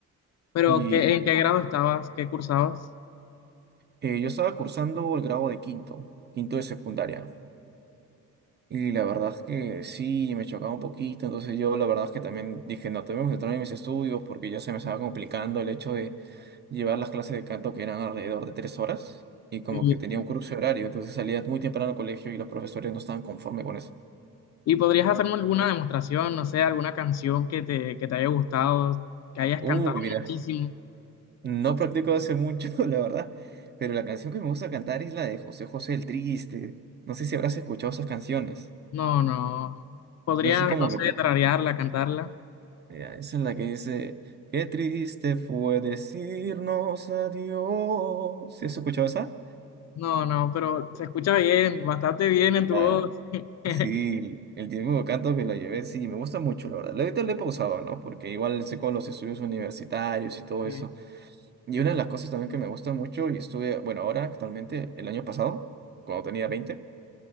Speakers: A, on the left; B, on the right.
A: Pero
B: Y
A: ¿qué,
B: la-
A: en qué grado estabas? ¿Qué cursabas?
B: Eh, yo estaba cursando el grado de quinto, quinto de secundaria. Y la verdad es que sí, me chocaba un poquito. Entonces yo la verdad es que también dije, no, tengo que centrarme en mis estudios porque ya se me estaba complicando el hecho de llevar las clases de canto que eran alrededor de tres horas. Y como
A: Y,
B: que tenía un cruce horario, entonces salía muy temprano al colegio y los profesores no estaban conformes con eso.
A: y podrías hacerme alguna demostración, no sé, alguna canción que te, que te haya gustado, que hayas
B: Uy,
A: cantado
B: mira,
A: muchísimo.
B: no practico hace mucho, <laughs> la verdad. Pero la canción que me gusta cantar es la de José José el Triste. No sé si habrás escuchado esas canciones.
A: No, no. Podrías,
B: Es como
A: no sé,
B: que
A: tararearla, cantarla.
B: Mira, esa es la que dice, qué triste fue decirnos adiós. ¿Sí has escuchado esa?
A: No, no, pero se escucha bien, bastante bien en tu
B: La-
A: voz. <laughs>
B: sí, el tiempo de canto que la llevé, sí, me gusta mucho, la verdad. Ahorita le he pausado, ¿no? Porque igual sé con los estudios universitarios y todo
A: Sí.
B: eso. Y una de las cosas también que me gusta mucho, y estuve, bueno, ahora actualmente, el año pasado, cuando tenía 20,